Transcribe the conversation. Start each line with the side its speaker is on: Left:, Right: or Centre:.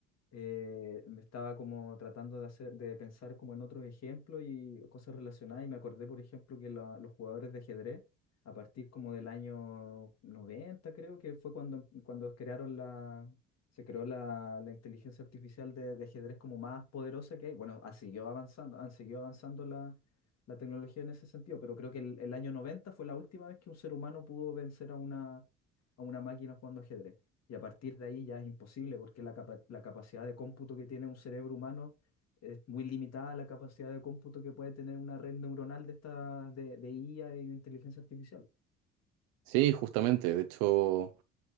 Left: eh, me estaba como tratando de hacer, de pensar como en otros ejemplos y cosas relacionadas y me acordé, por ejemplo, que la- los jugadores de ajedrez, a partir como del año 90 creo que fue cuando, em, cuando crearon la, se creó la, la inteligencia artificial de, de ajedrez como más poderosa que hay. Bueno, ha seguido avanzando, han seguido avanzando la, la tecnología en ese sentido, pero creo que el, el año 90 fue la última vez que un ser humano pudo vencer a una, a una máquina jugando ajedrez. Y a partir de ahí ya es imposible porque la capa- la capacidad de cómputo que tiene un cerebro humano es muy limitada a la capacidad de cómputo que puede tener una red neuronal de esta de, de IA y de inteligencia artificial.
Right: Sí, justamente, de hecho...